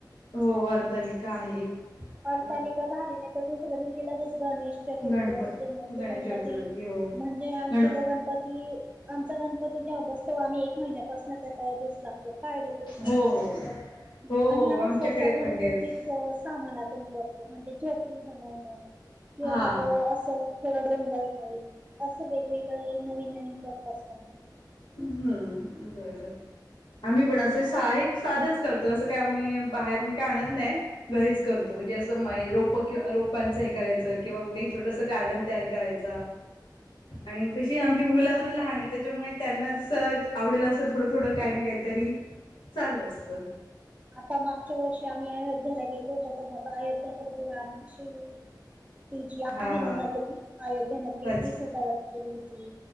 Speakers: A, on the left; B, on the right.
A: हो हरतालिका आहे.
B: हरतालिका
A: परत
B: झाली नाही तर दुसऱ्या दिवशी लगेच गणेश चथुर्थी
A: गणप
B: असते
A: गणेश
B: मग ते गणपती
A: चतुर्थी हो
B: म्हणजे आमची
A: गण
B: तर गणपती आमचा गणपती जेव्हा बसतो आम्ही एक महिन्यापासून त्या तयारीस लागतो. त काय डेकोरेशन
A: हो
B: करायच
A: हो हो
B: आणि
A: हो
B: आम्ही
A: आमच्याकडे
B: सहसा घरगुती
A: पण तेच
B: सामानातून करतो म्हणजे झोपडी बनवणं किंवा
A: हा
B: मग असं. थोडं डोंगर टाईप असं वेगवेगळे नवीन नवीन करत असतना.
A: हम् बरं. आम्ही पण असं सहायिक साधच करतो असं काही आम्ही बाहेरून काय आणत नाही. घरीच करतो म्हणजे असं मा रोपक किंवा रोपांचं हे करायचं किंवा कुठे एक छोटस गार्डन तयार करायच. आणि कशी आमची मुलं अजून लहान आहेत त्याच्यामुळे त्यांना तसं आवडेल असं थोडं थोडं काही ना काहीतरी चालू असतं.
B: आता मागच्या वर्षी आम्ही अयोध्याला गेलो होत तर मग अयोध्या प्रभू राम श्री तिची
A: हा
B: आहे
A: हा
B: न तरी अयोध्या न तरी
A: वाच
B: ती सजावट केली होती.